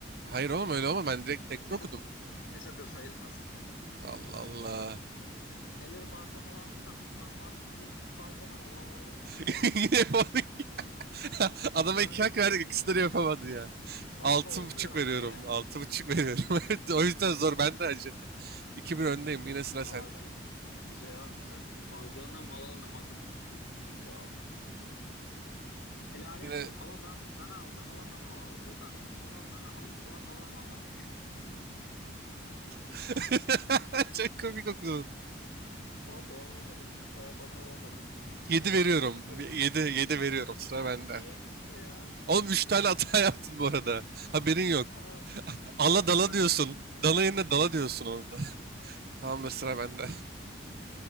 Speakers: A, on the right (about 50°); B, on the left (about 85°).
A: Hayır oğlum öyle olma ben direkt tekte
B: E, Neyse,
A: okudum.
B: neyse dur sayılmaz.
A: Allah Allah.
B: Eller bazlamalandı da biz ma baz- biz bazlanamalandık.
A: <laughs> Yine yapamadık ya. Adama
B: Kanka,
A: iki hak verdik ikisini de yapamadı ya.
B: kanka
A: Altı
B: olmuyor
A: buçuk
B: o
A: veriyorum.
B: ne ya?
A: Altı buçuk veriyorum. <laughs> o yüzden
B: Neyse
A: zor
B: tamam.
A: ben de acı. İki bir öndeyim yine sıra
B: Aa,
A: sende.
B: gü- güzel abi güzel. Bazlarına malanamadık. Peki abi. Elarem
A: Yine
B: bir Aladana aldı. Aladana aldı da biz Aladana alıp Aladanalamadık.
A: <laughs> çok komik okudun.
B: Aladanalamadık. Aladanalamadık.
A: Yedi
B: Hadi
A: veriyorum.
B: abi görelim bakalım.
A: Yedi, yedi veriyorum sıra
B: Abi
A: bende.
B: ne hediyesi ya?
A: Oğlum üç tane hata <laughs> yaptın bu arada. Haberin yok.
B: Tamam.
A: Ala
B: Tamam
A: dala
B: hadi.
A: diyorsun. Dala yerine dala diyorsun onu da. <laughs> Tamamdır sıra bende.